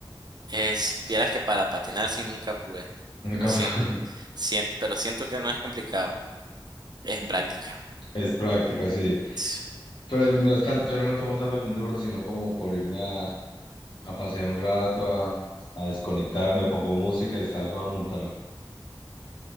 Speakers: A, on the right; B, on the left.
A: Es, vieras que para patinar sí nunca pude.
B: Nunca
A: Lo siento,
B: fue-
A: siento, pero siento que no es complicado. Es práctica.
B: <laughs> es práctica, sí.
A: Sí,
B: Pero no es tanto, yo no lo tomo tanto como un deporte, sino como por irme a, a pasear un rato, a, a desconectarme, pongo música y salgo a montar,